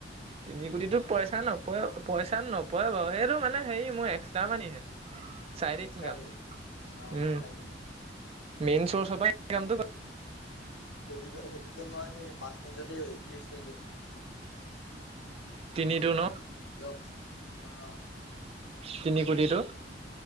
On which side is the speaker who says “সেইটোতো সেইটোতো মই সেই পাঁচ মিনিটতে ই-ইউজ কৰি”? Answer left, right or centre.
Left